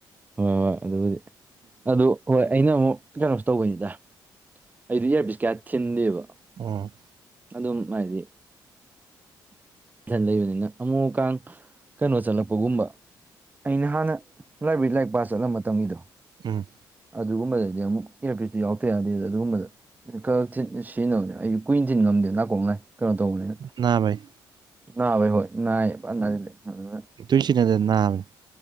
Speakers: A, on the right; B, on the right.
A: ꯍꯣꯏ ꯍꯣꯏ ꯑꯗꯨꯕꯨꯗꯤ ꯑꯗꯨ ꯍꯣꯏ ꯑꯩꯅ ꯑꯃꯨꯛ ꯀꯩꯅꯣꯁꯨ ꯇꯧꯕꯩꯅꯤꯗ ꯑꯩꯗꯤ ꯏꯌꯥꯔꯕꯤꯁ ꯀꯌꯥ ꯊꯤꯟꯗꯦꯕ
B: ꯎꯝ
A: ꯑꯗꯨꯝ ꯍꯥꯏꯗꯤ ꯏꯟꯊꯟ ꯂꯩꯕꯅꯤꯅ ꯑꯃꯨꯛ ꯃꯨꯛ ꯀꯥꯟ ꯀꯩꯅꯣ ꯆꯠꯂꯛꯄꯒꯨꯝꯕ ꯑꯩꯅ ꯍꯥꯟꯅ ꯂꯥꯏꯕ꯭ꯔꯦꯔꯤ ꯂꯥꯏꯔꯤꯛ ꯄꯥ ꯆꯠꯂꯝ ꯃꯇꯝꯒꯤꯗꯣ
B: ꯎꯝ
A: ꯑꯗꯨꯒꯨꯝꯕꯗꯗꯤ ꯑꯃꯨꯛ ꯏꯂꯦꯛꯇ꯭ꯔꯤꯛꯇꯨ ꯌꯥꯎꯔꯛꯇ꯭ꯔꯦ ꯑꯗꯨꯗꯤ ꯑꯗꯨꯒꯨꯝꯕꯗ ꯀꯑꯛ ꯊꯤꯟ ꯁꯤꯖꯤꯟꯅꯕꯅꯦ ꯑꯩ ꯀꯨꯏꯟ ꯊꯤꯟ ꯉꯝꯗꯦ ꯅꯥꯀꯣꯛ ꯅꯥꯏ ꯀꯩꯅꯣ ꯇꯧꯕꯅꯤꯅ
B: ꯅꯥꯕꯩ
A: ꯅꯥꯕꯥ ꯏꯕꯣ ꯅꯥꯏꯌꯦ ꯐ ꯅꯥꯏ <unintelligible>
B: ꯇꯨꯏꯁꯤ ꯅꯗ ꯅꯜ <inaudible>